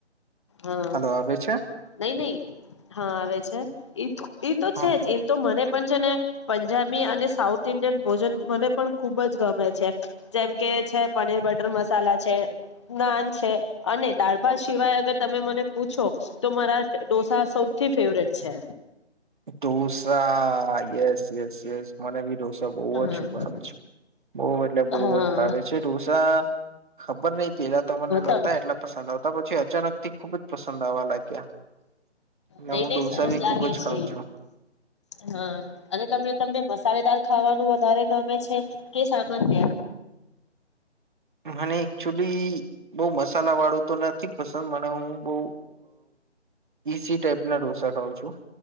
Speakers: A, on the left; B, on the right.
A: હા
B: હલો આવે છે?
A: નઈ નઈ હા આવે છે એ તો
B: હા
A: છે જ એ તો મને પણ છે ને પંજાબી અને સાઉથ ઈન્ડિયન ભોજન મને પણ ખુબ જ ગમે છે જેમ કે છે પનીર બટર મસાલા છે, નાન છે અને દાળ ભાત સિવાય અગર તમે મને પૂછો તો મારા ડોસા સૌથી ફેવરેટ છે.
B: ડોસા યસ યસ યસ મને ભી ડોસા બહુ
A: હા
B: જ ભાવે છે બહ એટલે બહુ
A: હા
B: જ ભાવે છે ઢોસા ખબર નઈ પેલા ત મને નહોતા
A: હા
B: એટલા પસંદ આવતા પછી અચાનક થી ખુબ જ પસંદ આવવા લાગ્યા અને
A: નઈ
B: હું
A: નઈ
B: ઢોસા
A: સરસ
B: બી
A: લાગે
B: ખુબ જ
A: છે
B: ખઉં
A: હા અને તમે તમને મસાલેદાર ખાવાનું વધારે ગમે છે કે સામાન્ય?
B: મને એકચુલી બોઉ મસાલા વાળું તો નથી પસંદ મને હું બઉ ઈઝી ટાઈપના ઢોસા ખઉં છું.